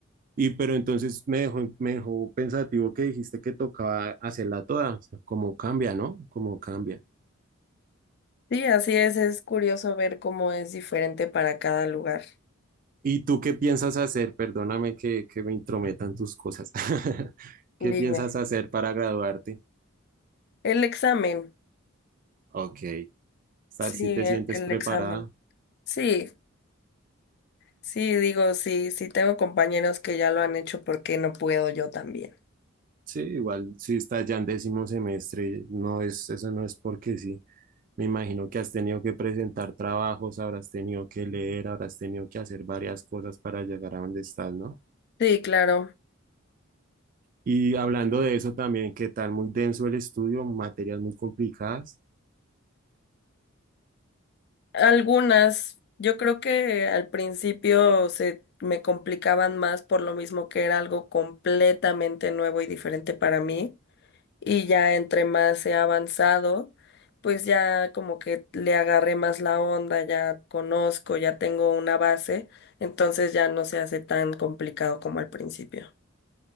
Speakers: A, on the right; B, on the left.
A: Y pero entonces me dejó, me dejó pensativo que dijiste que tocaba hacerla toda, o sea, como cambia, ¿no? Como cambia.
B: Sí, así es, es curioso ver cómo es diferente para cada lugar.
A: ¿Y tú qué piensas hacer? Perdóname que, que me intrometan tus cosas. <laughs> ¿Qué
B: Dime,
A: piensas hacer para graduarte?
B: el examen,
A: Ok, ¿estás,
B: sí,
A: si
B: el,
A: ¿sí te sientes
B: el
A: preparada?
B: examen. Sí, sí, digo, sí, sí tengo compañeros que ya lo han hecho porque no puedo yo también.
A: Sí, igual si estás ya en décimo semestre, no es, eso no es porque sí. Me imagino que has tenido que presentar trabajos, habrás tenido que leer, habrás tenido que hacer varias cosas para llegar a donde estás, ¿no?
B: Sí, claro.
A: Y hablando de eso también, ¿qué tal? Muy denso el estudio, materias muy complicadas.
B: Algunas, yo creo que al principio se me complicaban más por lo mismo que era algo completamente nuevo y diferente para mí. Y ya entre más he avanzado, pues ya como que le agarré más la onda, ya conozco, ya tengo una base, entonces ya no se hace tan complicado como al principio.